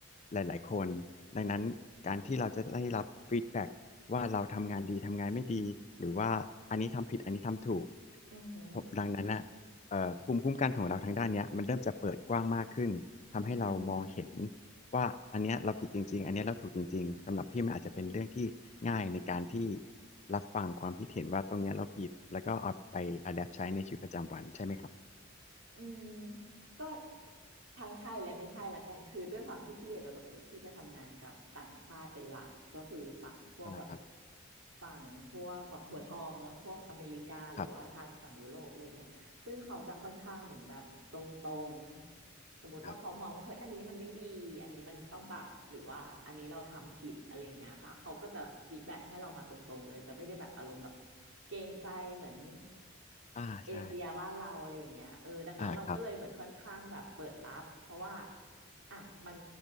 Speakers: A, on the left; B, on the right.
A: หลายๆคนดังนั้นการที่เราจะได้รับ feedback ว่าเราทำงานดีทำงานไม่ดีหรือว่าอันนี้ทำผิดอันนี้ทำถูก
B: อือหือ
A: ผมดังนั้นน่ะเอ่อภูมิคุ้มกันของเราทางด้านเนี้ยมันเริ่มจะเปิดกว้างมากขึ้นทำให้เรามองเห็น
B: อือหือ
A: ว่าอันเนี้ยเราผิดจริงๆอันเนี้ยเราถูกจริงๆสำหรับพี่มันอาจจะเป็นเรื่องที่ง่ายในการที่รับฟังความคิดเห็นว่าตรงเนี้ยเราผิดแล้วก็เอาไป adapt ใช้ในชีวิตประจำวันใช่ไหมครับ
B: อืมก็ทั้งใช่และไม่ใช่ละกัน คือด้วยความที่พี่อะโดยปกติพี่จะทำงานกับต่างชาติเป็นหลักก็คือฝั่งพวกแบบ
A: อ่าครับ
B: ฝั่งพวกแบบหัวทองเนาะพวกอเมริกาหรือว่าทางฝั่งยุโรปอะไรเงี้ยซึ่งเขาจะค่อนข้างเหมือนแบบตร
A: ครับ
B: ง สมมติว่าเขามองว่าเฮ้ยอันนี้มันไม่ดีอันนี้มันต้องปรับหรือว่าอันนี้เราทำผิดอะไรอย่างเงี้ยค่ะเขาก็จะฟีดแบ็กให้เรามาตรงๆเลยจะไม่ได้แบบอารมณ์แบบ
A: ครับ
B: เกรงใจเหมือน
A: อ่าใช่
B: เอเชียบ้านเราอะไรอย่างเงี้ยเออดังนั้นเราก็เลยเหมือนค่อนข้างแบบเปิดรับเพราะว่า
A: อ่าครับ
B: อ่ะมัน